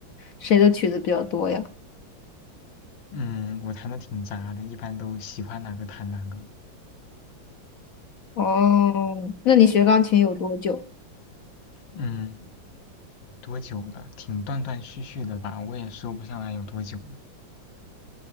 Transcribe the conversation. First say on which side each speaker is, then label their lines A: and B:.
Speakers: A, on the left (about 55°); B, on the left (about 75°).
A: 谁的曲子比较多呀？
B: 嗯，我弹的挺杂的，一般都喜欢哪个弹哪个。
A: 哦，那你学钢琴有多久？
B: 嗯，多久了？挺断断续续的吧，我也说不上来有多久了。